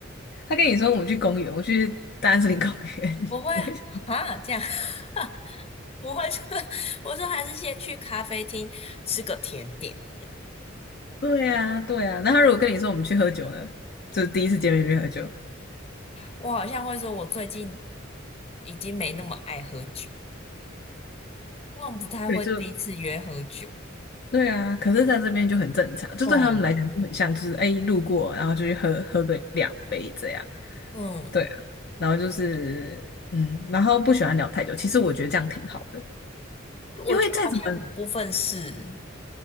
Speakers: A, on the left; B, on the left.
A: 他跟你说我们去公园，我去大安森林公园，<laughs>
B: 我会
A: 你会想？
B: 啊这样，<laughs> 我会说，我说还是先去咖啡厅吃个甜点。
A: 对啊，对啊。那他如果跟你说我们去喝酒呢，就是第一次见面就去喝酒，
B: 我好像会说，我最近已经没那么爱喝酒，我好像不太会第一次约喝酒。
A: 对，就对啊，可是在这边就很正常，就对他们来讲就很像，
B: 嗯
A: 就是哎路过，然后就去喝喝个两杯这样，
B: 嗯，
A: 对啊，然后就是嗯，然后不喜欢聊太久，其实我觉得这样挺好的，
B: 我觉得好像某部分是。
A: 因为再怎么